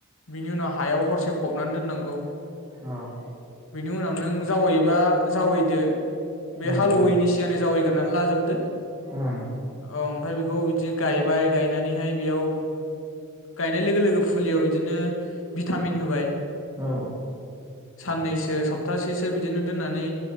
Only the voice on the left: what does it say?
बिनि उनाव हायाव हरसे फबनानै दोननांगौ
बेनि उनाव नों जावैबा जावैदो बे
हालवैनि सिगां जावैगोरनानै लाजोबदो
औ ओमफाय बेखौ बिदि गायबाय गायनानैहाय बेयाव गायनाय लोगो लोगो फुलियाव बिदिनो भिटामिन होबाय
साननैसो सब सप्थासेसो बिदिनो दोननानै